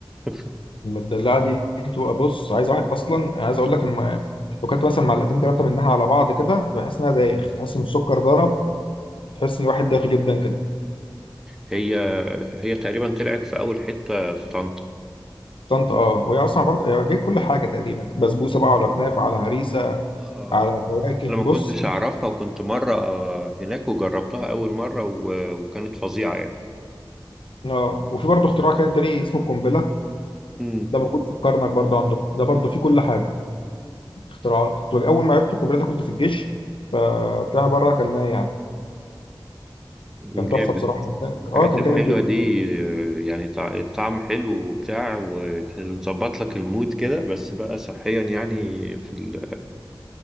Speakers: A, in the centre; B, on the left.
A: <laughs>
B: المدلعه دي بتبقى بص عايز واحد اصلا عايز اقول لك اما لو كنت مثلا معلقتين ثلاثه منها على بعض كده بحس انها دايخ تحس ان السكر ضرب تحس ان الواحد دايخ جدا كده
A: هي هي تقريبا طلعت في اول حته في طنطا
B: طنطا اه وهي اصلا عباره هي جايب كل حاجه تقريبا بسبوسه بقى على كنافه على هريسه
A: اه
B: على فواكه
A: انا ما
B: بص
A: كنتش اعرفها وكنت مره آه، هناك وجربتها اول مره و- وكانت فظيعه يعني
B: اه وفي برضه اختراع كان تاني اسمه القنبله
A: امم
B: ده موجود في الكرنك برضه عندكم ده برضه فيه كل حاجه اختراعات كنت بج- اول ما عرفت القنبله ده كنت في الجيش فطلعنا بره اكلناه يعني
A: جامد
B: كان تحفه بصراحه
A: الحاجات
B: اه كان
A: الحلوه
B: جامد جدا
A: دي آه، يعني طع- الطعم حلو وبتاع وتظبط لك المود كده بس بقى صحيا يعني في ال...